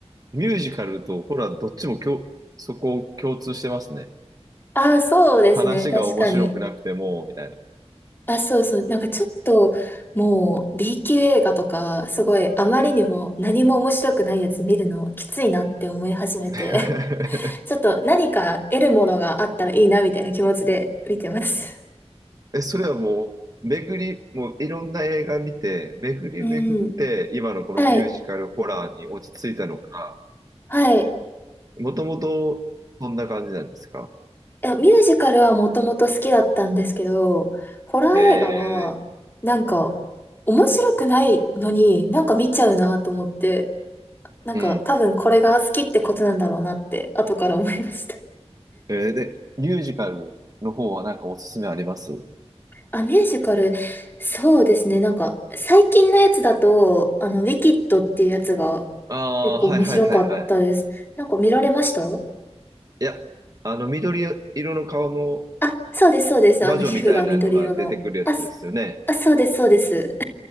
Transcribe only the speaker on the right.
ミュージカルとホラーどっちもきょ、そこを共通してますね。
話が面白くなくても、
みたいな。
<laughs>
え、それはもう、巡り、もういろんな映画見て、巡り巡って、
今のこのミュージカルホラーに落ち着いたのか、
もともと、そんな感じなんですか
へえ、
うん。
えーで、ミュージカルの方はなんかおすすめあります
ああー、
はいはいはいはい。
いや、あの、緑色の顔の
魔女みたいなのが出てくるやつですよね。